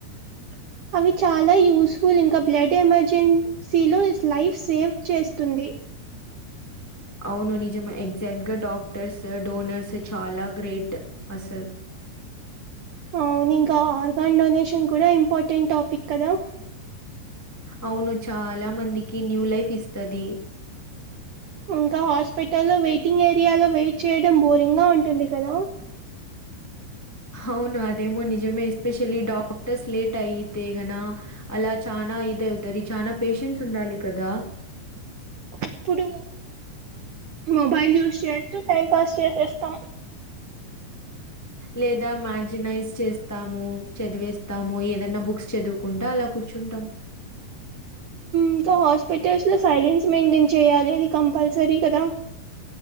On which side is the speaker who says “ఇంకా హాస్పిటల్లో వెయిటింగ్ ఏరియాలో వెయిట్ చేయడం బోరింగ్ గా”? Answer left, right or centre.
Right